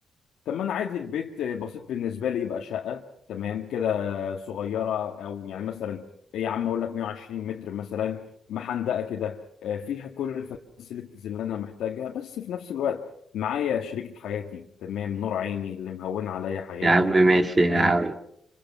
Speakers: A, on the left; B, on the right.
A: طب ما انا عادي البيت بسيط بالنسبه لي يبقى شقه تمام كده صغيره او يعني مثلا يا عم اقول لك 120 متر مثلا محندقه كده آه، فيها كل الفاسيلتيز اللي انا محتاجها بس في نفس الوقت معايا شريكه حياتي تمام نور عيني اللي مهون عليا حياتي
B: يا عم ماشي
A: تمام
B: يا عم